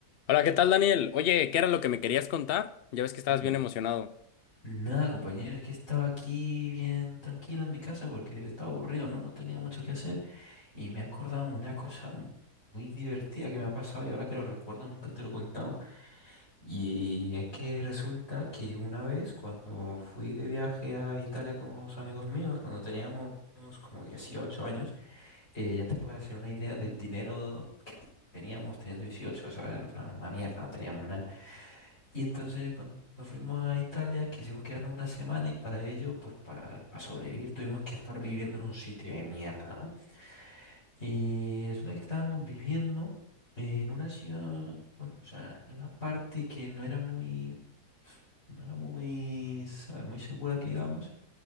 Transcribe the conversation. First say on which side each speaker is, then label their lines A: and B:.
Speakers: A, on the left; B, on the left.
A: Hola, ¿qué tal, Daniel? Oye, ¿qué era lo que me querías contar? Ya ves que estabas
B: N-
A: bien emocionado.
B: Nada, compañero, es que estaba aquí bien tranquilo en mi casa porque estaba aburrido, ¿no? No tenía mucho que hacer y me he acordado una cosa mu- muy divertida que me ha pasado y ahora que lo recuerdo nunca te lo he contado. Y es que resulta que una vez cuando fui de viaje a Italia con unos amigos míos, cuando teníamos como 18 años, eh, ya te puedes hacer una idea del dinero que teníamos teniendo dieciocho o sea, en plan, una mierda, no teníamos nada. Y entonces cuando fuimos a Italia quisimos quedarnos una semana y para ello, pues para sobrevivir tuvimos que estar viviendo en un sitio de mierda, ¿no? Y resulta que estábamos viviendo en una ciudad, bueno, o sea, en una parte que no era muy, no era muy, sabe, muy segura que digamos.